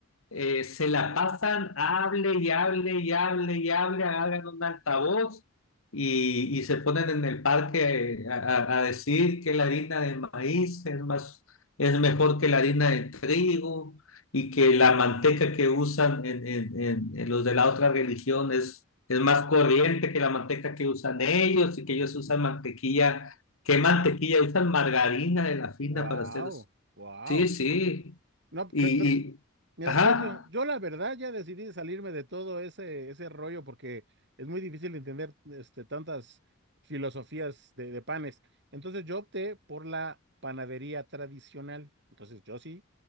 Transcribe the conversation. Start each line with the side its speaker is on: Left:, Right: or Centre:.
Left: eh, se la pasan, hable y hable y hable y hable, hagan un altavoz y, y se ponen en el parque eh, a, a- decir que la harina de maíz es más, es mejor que la harina de trigo y que la manteca que usan en, en- en- en los de la otra religión es, es más corriente que la manteca que usan ellos y que ellos usan mantequilla. ¿Qué mantequilla? Usan margarina de la fina
Right: Wow,
Left: para hacer... eso.
Right: wow.
Left: Sí, sí.
Right: No, pe-
Left: Y,
Right: pero,
Left: y,
Right: Mira,
Left: ajá.
Right: yo, yo, yo la verdad ya decidí salirme de todo ese, ese rollo porque es muy difícil entender este, tantas filosofías de, de panes. Entonces yo opté por la panadería tradicional. Entonces yo sí